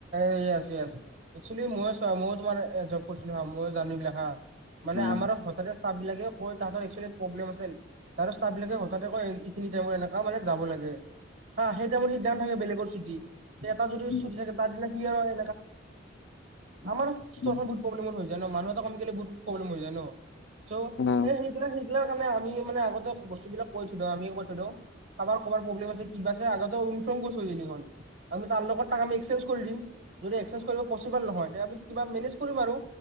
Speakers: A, on the right (about 70°); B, on the left (about 65°).
A: এই যে আছে আছে, একচুৱেলি মই চোৱা ময়ো তোমাৰ এ জব কৰিছিলোঁ হা, মইও জানো এইবিলাক হা মানে
B: উম,
A: আমাৰ হঠাতে ষ্টাফ বিলাকে কয় তাহঁতৰ একচুৱেলি প্ৰব্লেম আছিল তাৰে ষ্টাব বিলাকে হঠাতে কয়, এইখিনি টাইমতে এনেকুৱা, মানে যাব লাগে। হা, সেই টাইমথ সিদ্ধান্ত থাকে বেলেগৰ চুটি, এটা যদি
B: উম,
A: চুটি থাকে তাৰ দিনা সি হয় <unintelligible> আৰু
B: উম,
A: <unintelligible> প্ৰব্লেমত হৈ যায় ন মানুহ এটা কমি গ'লে বহুত প্ৰব্লেম হৈ যায় ন চ'
B: উম,
A: এই সেইগিলাক <unintelligible> সিহঁতৰ কাৰণে আমি মানে আগতে বস্তুবিলাক কৰি থৈ দিওঁ, আমি কৈ থৈ দিওঁ। কাবাৰ কবাৰ প্ৰব্লেম আছে, কিবা আছে আগতে ইনফৰ্ম কৰি থৈ দিলে হ'ল। আমি তাৰ লগত তাক আমি এক্সেঞ্জ কৰি দিম। যদি এক্সেঞ্জ কৰিব পচিবল নহয় তে, আমি কিবা মেনেজ কৰিম আৰু।